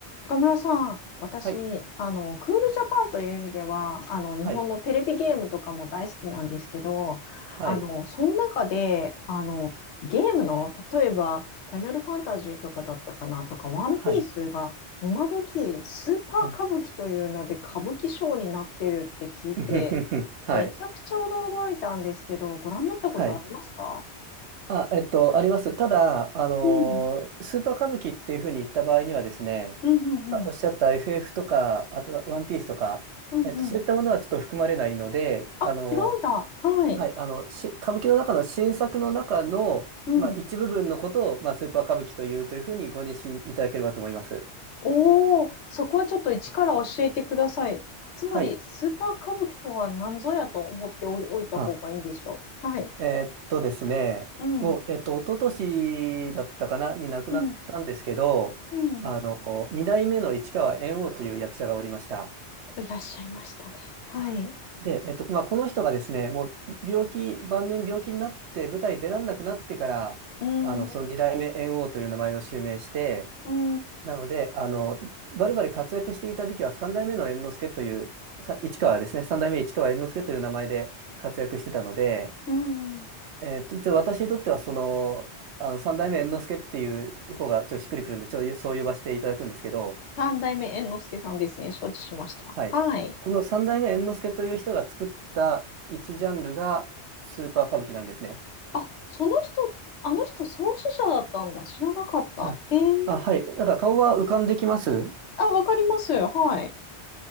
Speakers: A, on the left; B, on the right.
A: 中村さん、私、
B: はい、
A: あの、クールジャパンという意味では、あの、
B: はい、
A: 日本のテレビゲームとかも大好きなんですけど、
B: はい、
A: あの、その中で、あの、ゲームの、例えば、ファイナルファンタジーとかだったかなとか、ワンピースが、
B: はい、
A: 今時、スーパー歌舞伎という名で歌舞伎賞になってるって聞いて、
B: はい。<laughs> うふふふはい、
A: めちゃくちゃ驚いたんですけど、ご覧になったことありますか
B: はい。あ、えっと、あります。ただ、あのースーパー歌舞伎っていうふうに言った場合にはですね、
A: うん。うんうんうん。
B: 今おっしゃった FF とか、あとはワンピースとか、
A: うんうん。
B: えっと、そういったものはちょっと含まれないので、
A: あ、
B: あの
A: 違うんだ。はい。
B: ーはい、あの、し、歌舞伎の中の新作の中の、
A: うん。
B: まあ、一部分のことを、まあ、スーパー歌舞伎というというふうにご認識いただければと思います。
A: おお、そこはちょっと一から教えてください。つまり、
B: はい。
A: スーパー歌舞伎とは何ぞやと思っておい、おいた方がいいんでしょう。
B: あ
A: はい。
B: えーっとですね、
A: うん、
B: もう、えっと、一昨年だったかな、に亡くなったんですけど、
A: うん、うん。
B: あの、二代目の市川猿翁という役者がおりました。
A: いらっしゃいましたね。はい。
B: はいで、えっと、まあ、この人がですね、もう病気、晩年病気になって舞台に出られなくなってから、
A: うん、
B: あの、その二代目猿翁という名前を襲名して、
A: うん、
B: なので、あの、バリバリ活躍していた時期は三代目の猿之助という、さ市川ですね、三代目市川猿之助という名前で活躍してたので、
A: うん。
B: えーっと、ちょ、私にとっては、その、あの、三代目猿之助っていう方が、ちょっとしっくりくるんで、ちょ、そう呼ばせていただくんですけど、
A: 三代目猿之助さんですね。承知しました。
B: はい。
A: はい。
B: この三代目猿之助という人が作った一ジャンルが、スーパー歌舞伎なんですね。
A: あ、その人、あの人創始者だったんだ。知らなかった。
B: あ、
A: へえ。
B: あ、はい。なんか顔は浮かんできます。
A: あ、わかります。はい。